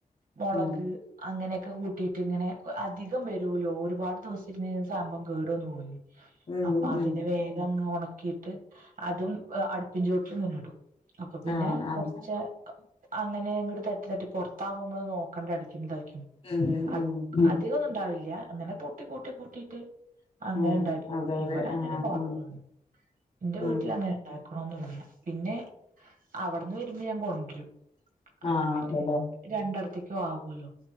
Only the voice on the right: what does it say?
മുളക്
അങ്ങനെക്കെ ക്കെ കൂട്ടിയിട്ട് ഇങ്ങനെ അധികം വരൂലോ ഒരു ഒരുപാട് ദിവസം ഇരുന്നു കഴിഞ്ഞാല് സാമ്പം കേടന്ന് പോവൂല്ലേ
അപ്പൊ അതിന്റെ
വേഗംങ്ങ് ഉണക്കിയിട്ട് അതും അടുപ്പിൻ ചോട്ടിലിങ്ങനെ ഇടും അപ്പൊ പിന്നെ
കുറച്ച് അങ്ങനെ <unintelligible> ഇങ്ങട് തട്ടി തട്ടി പുറത്താവുമ്പോ മ്മള് നോക്കണ്ടെയടിക്കും തല
ആ
അധികം ഒന്നും ഇണ്ടാവില്യാ എന്നാല് കു കുട്ടെ കൂട്ടിട്ട് അങ്ങനെ
ഉണ്ടാക്കി വെക്കും
ഇവടെ
അങ്ങനെ കുറവാണ്
എന്റെ
വീട്ടില് അങ്ങനെ ഇണ്ടാക്കണന്നില്ല പിന്നെ അവിടെന്ന് വരുമ്പോ ഞാൻ കൊണ്ടരും അപ്പൊ
പിന്നെ
രണ്ടിടത്തേക്കും ആവൂല്ലോ